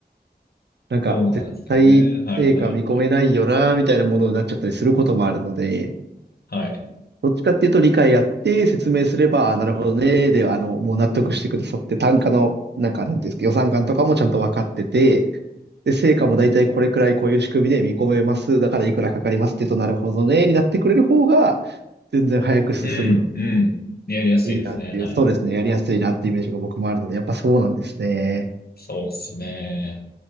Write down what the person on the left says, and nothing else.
そうなんですよね。はいはいはい。
はい。
うん、うん。やりやすいですね。
はい。
そうですね。